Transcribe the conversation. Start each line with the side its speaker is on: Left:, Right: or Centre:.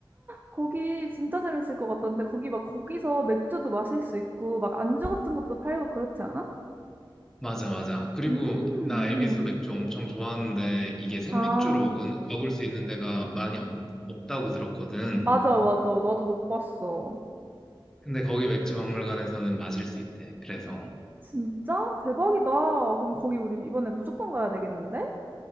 Right: 거기 진짜 재밌을 것 같던데 거기 막 거기서 맥주도 마실 수 있고 막 안주 같은 것도 팔고 그렇지 않아?
Centre: 맞아, 맞아. 그리고
Right: 음,
Centre: 나 에비수
Right: 응.
Centre: 맥주 엄청 좋아하는데, 이게 생맥주로
Right: 아,
Centre: 먹은, 먹을 수 있는 데가 많이 없, 없다고 들었거든.
Right: 맞아, 맞아. 나도 못 봤어.
Centre: 근데 거기 맥주 박물관에서는 마실 수 있대. 그래서
Right: 진짜? 대박이다. 그럼 거기 우리 이번에 무조건 가야 되겠는데?